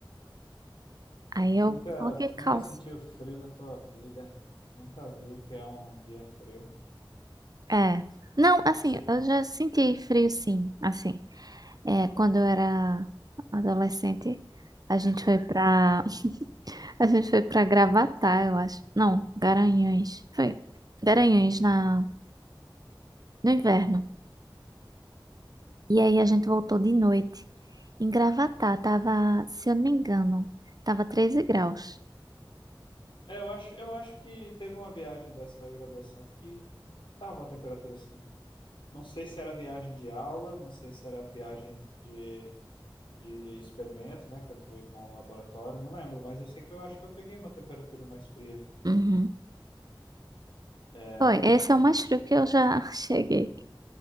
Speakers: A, on the right (about 50°); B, on the left (about 70°).
A: Aí eu
B: Nunca,
A: coloquei calça.
B: nunca sentiu frio na tua vida? Nunca viu o que é um dia frio?
A: É. Não, assim,
B: Se-
A: eu já senti frio sim, assim. É, quando eu era adolescente, a gente foi pra <laughs> a gente foi para Gravatá, eu acho. Não, Garanhuns. Foi Garanhuns na no inverno. E aí a gente voltou de noite. Em Gravatá tava, se eu não me engano, tava 13 graus.
B: é, eu acho, eu acho que teve uma viagem dessa da graduação que, que tava uma temperatura assim. Não sei se era viagem de aula, não sei se era viagem de, de experimento, né? Que eu fui com o laboratório, não lembro, mas eu sei que eu acho que eu peguei uma temperatura mais fria.
A: Uhum.
B: É,
A: Foi, esse é o mais frio que eu já <laughs> cheguei